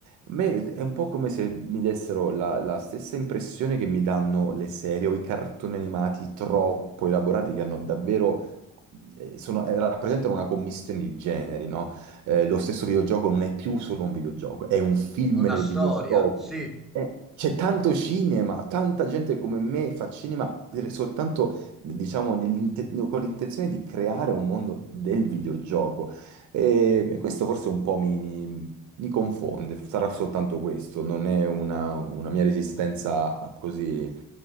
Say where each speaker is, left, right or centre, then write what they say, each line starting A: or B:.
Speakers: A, on the right (about 70°); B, in the centre.
A: A me è un po' come se mi dessero la, la stessa impressione che mi danno le serie o i cartoni animati troppo elaborati che hanno davvero, eh, sono- eh, rappresentano una commistione di generi, no? eh, lo stesso videogioco non è più solo un videogioco, è un film
B: Una
A: nel
B: storia,
A: videogioco.
B: sì.
A: Eh, C'è tanto cinema, tanta gente come me fa cinema eh, soltanto, diciamo, nell'inte- no, con l'intenzione di creare un mondo del videogioco. E e questo forse un po' mi, mi- mi confonde, sarà soltanto questo, non è una, una mia resistenza a- così eh,